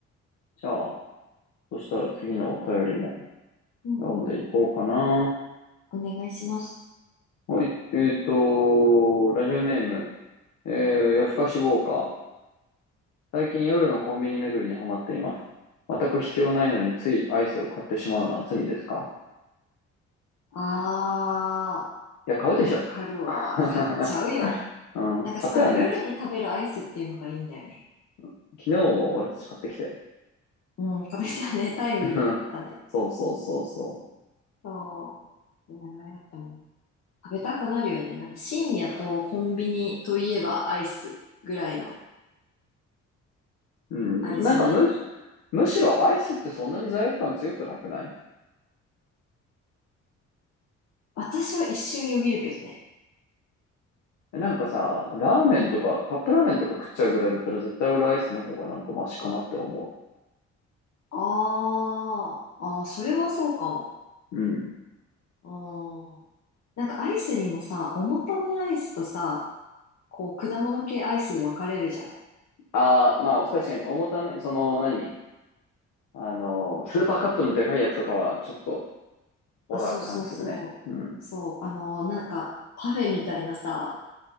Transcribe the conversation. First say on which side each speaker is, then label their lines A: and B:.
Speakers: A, on the left; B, on the left.
A: じゃあ、そしたら次のお便りも
B: うん。
A: 読んでいこうかな。
B: お願いします。
A: はい、えっと、ラジオネーム、えー、夜更かしウォーカー。最近夜のコンビニ巡りにハマっています。全く必要ないのについアイスを買ってしまうのは罪ですか
B: あ
A: いや、買うでしょ。
B: ー、わかるわ。
A: <laughs>
B: 買っちゃうよ。
A: うん、
B: なんかしかも夜に食べるアイスっていうのがいいんだよね。
A: 買ったよね。<laughs> 昨日も俺たち買ってきたよ。
B: うん、これじゃね、タイムリーだね。
A: <laughs> そうそうそうそ
B: そう。いややっぱね食べたくなるよね。なんか深夜とコンビニといえばアイスぐらいの、
A: う。うん、
B: あれじゃない
A: なんかむ、むしろアイスってそんなに罪悪感強くなくない
B: 私は一瞬よぎるけどね。
A: なんかさ、ラーメンとか、
B: うん。
A: カップラーメンとか食っちゃうぐらいだったら絶対俺アイスの方がなんかマシかなって思
B: あーあー、それはそうかも。
A: う。うん。
B: うん。なんかアイスにもさ、重ためアイスとさ、こう果物系アイスで分かれるじゃない。
A: ああ、まあ確かに重ため、その何あの、スーパーカップのでかいやつとかは、ちょっと、オラーって感じするね。
B: あ、そうそうそう。
A: うん。
B: そう、あの、なんかパフェみたいなさ、